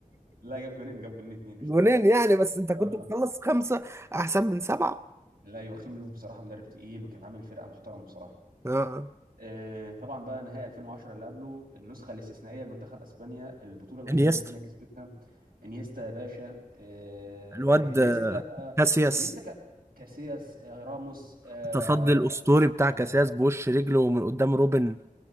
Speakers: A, on the right; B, on the right.
A: لا جاب جونين جاب جونين اتنين مش
B: جونين
A: ثلاثة
B: يعني بس انت كنت
A: اه
B: مخلص
A: آه.
B: خمسة احسن من سبعة
A: لا يوخيم لوف بصراحة مدرب تقيل وكان عامل فرقة محترمة بصراحة
B: اه آه.
A: آه، طبعا بقى نهائي 2010 اللي قبله النسخه الاستثنائيه لمنتخب اسبانيا البطوله الوحيده
B: انيستا
A: اللي اسبانيا كسبتها انيستا يا باشا آه،
B: الواد
A: إني- انيستا
B: آه، كاسياس
A: انيستا كا- كاسياس آه، راموس آه،
B: التصدي الاسطوري بتاع
A: يا
B: كاسياس
A: نهار ابيض
B: بوش رجله من قدام روبن